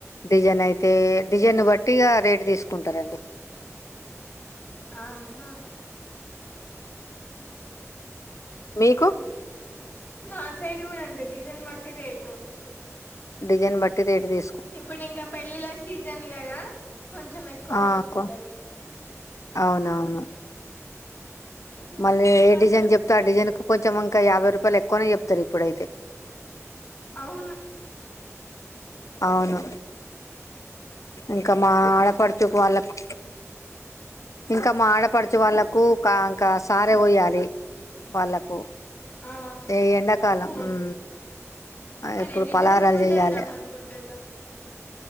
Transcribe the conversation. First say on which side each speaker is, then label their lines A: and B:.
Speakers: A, on the left (about 70°); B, on the left (about 40°).
A: డిజైన్ అయితే డిజైన్ బట్టిగా రేటు తీసుకుంటారండి
B: ఆహా
A: మీకు
B: ఉమ్. మా ఆ సైడ్ కూడా అంతే డిజైన్ బట్టి రేటు
A: డిజైన్ బట్టి రేట్ తీ
B: ఇప్పుడు ఇంకా పెళ్ళిళ్ళ సీజన్ కదా కొంచెం ఎక్కువ
A: ఆ
B: తీసుకుంటారు
A: కొ- అవునవును
B: ఉమ్,
A: మళ్ళీ ఏ
B: అట్లా
A: డిజైన్ చెప్తే ఆ డిజైన్ కు కొంచం ఇంకా యాభై రూపాయలు ఎ కొని చెప్తారు ఇప్పుడైతే
B: అవును
A: అవును ఇంకా మా ఆడపడుచు వాళ్ళకు ఇంకా మాడపడుచు వాళ్ళకు క క సారె పోయాలి వాళ్ళకు
B: ఆ
A: ఏ ఎండాకాలం
B: అవును
A: ఉం
B: మరి
A: ఎప్పుడు
B: ఎన్ని
A: పలారాలు
B: డ్రెస్ ముందెళ్దాం
A: చెయ్యాలే
B: అనుకుంటుండ్రు